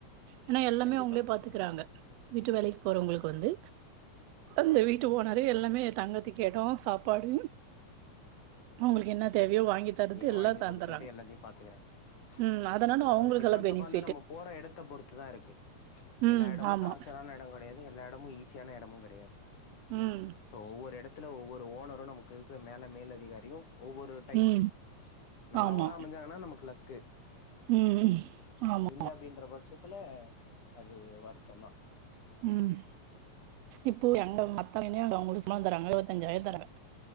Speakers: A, on the right; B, on the left.
A: ஏனா எல்லாமே
B: கண்டிப்பா
A: அவுங்களே பாத்துக்கறாங்க வீட்டு வேலைக் போறவுங்களுக்கு வந்து அந்த வீட்டு ஓனரே எல்லாமே தங்கத்துக்கு எடோ சாப்பாடு அவுங்களுக்கு என்ன தேவையோ வாங்கி தரது
B: எ
A: எல்லா
B: வாங்கி குடுத்துக்கிட்டு
A: தந்தறாங்க
B: எல்லாத்தையு பாத்துக்கறாங்க
A: ம் அதனால
B: சோ
A: அவுங்களுக்
B: அது டிபெண்ட்ஸ்
A: நல்ல பெனிஃபிட்
B: அப்பான் நம்ம போற எடத்த பொறுத்து தா இருக்கு
A: ம்
B: எல்லா எடமு
A: ஆமா
B: டார்ச்சரான எடங்கள் கடையாது எல்லா எடமு ஈஸியான எடமு கடையாது
A: ம்
B: சோ ஒவ்வொரு எடத்துல ஒவ்வொரு ஓனரு நமக்கு இருக்கு மேல மேலதிகாரியு ஒவ்வொரு டைப்
A: ம்
B: நல்லவங்களா
A: ஆமா
B: அமைஞ்சாங்கனா நமக்கு லக்கு
A: ம் ம் ஆமா
B: இல்ல அப்படின்ற பட்ச த்துல அது வருத்தந்தா
A: ம் இப்போ எங்க மத்த எனய அவங்க சும்மா தராங்க இருபத்தஞ்சாயர தராங்க